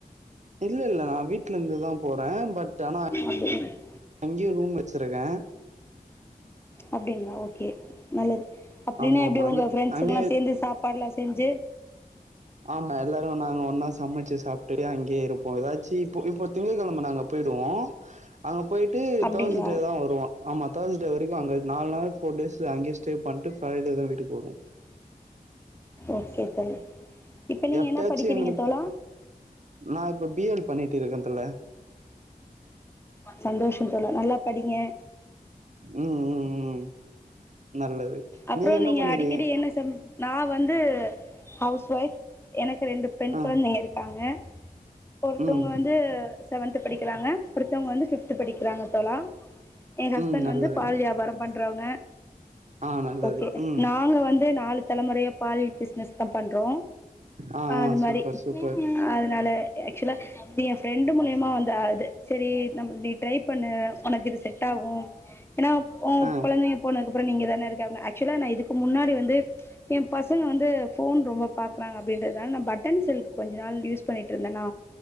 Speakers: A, on the right; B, on the left.
A: இல்ல இல்ல நா வீட்ல இருந்துதா போறே பட் ஆனா
B: <inaudible>
A: அங்கேயு ரூம் வெச்சிருக்கே
B: அப்டிங்ளா ஓகே நல்லது அப்டின்னா
A: ஆமா
B: எப்டியு
A: ஆமா
B: உங்க
A: அங்கே
B: ஃப்ரெண்ட்ஸ்சுங்லா
A: அங்கேயே
B: சேந்து சாப்பாடுலா செஞ்சு
A: ஆமா எல்லாரு நாங்க ஒன்னா சமைச்சு சாப்டு அங்கே இருப்போ ஏதாச்சி இப்போ இப்போ திங்ககெழம நாங்க போயிடுவோ அங்க போயிட்டு
B: அப்டிங்களா
A: தேஸ்டே தா வருவோ ஆமா தேர்ஸ் டே வரைக்கு அங்க நால் நாள் ஃபோர் டேஸ்ஸு அங்கேயே ஸ்டே பண்ட்டு காலையில தா வீட்டுக்கு வருவோ
B: ஓகே தோழி இப்ப நீங்க
A: எப்பயாச்சு
B: என்ன படிக்கிறீங்க
A: எங்களுக்கு
B: தோழா
A: நா இப்போ பி எல் பண்ணீட்டு இருக்க தோழா
B: சந்தோஷோ தோழா நல்லா படிங்க
A: ம் ம் ம் நல்லது
B: அப்றோ
A: என்ன
B: நீங்க
A: பண்ணிருக்கீங்க
B: அடிக்கடி என்ன சம்ப் நா வந்து ஹவுஸ் ஒய்ஃப் எனக்கு ரெண்டுப் பெண்
A: ஆ
B: கொழந்தைங்க இருக்காங்க ஒருத்தவங்க
A: ம்
B: வந்து ஒருத்தவங்க வந்து செவன்த்து படிக்கிறாங்க ஒருத்தவங்க வந்து ஃபிப்த்து படிக்கிறாங்க தோழா எங்க ஹஸ்பண்ட்
A: ம் நல்லது
B: வந்து பால் வியாபாரம் பண்றவங்க
A: ஆ நல்லது
B: ஓகே
A: ம்
B: நாங்க வந்து நாலு தலமுறையா பால் பிஸ்னஸ் தா பண்றோ
A: ஆ ஆ
B: அது
A: சூப்பர்
B: மாரி
A: சூப்பர்
B: அதனால ஆக்சுவலா அப்டி எ ஃப்ரெண்டு மூலியமா வந்த அது செரி நம் நீ ட்ரை பண்ணு உனக்கு இது செட் ஆகு ஏன்னா ஓ
A: ஆ
B: கொழந்தைங்க போனதுக்கு அப்புறோ நீ இங்க தான இருக்க ஆக்சுவலா நா இதுக்கு முன்னாடி வந்து எ பசங்க வந்து ஃபோன் ரொம்ப பாக்குறாங்க அப்படின்றதுனால நா பட்டன் செல்கு கொஞ்ச நாள் யூஸ் பண்ணிட்டு இருந்தனா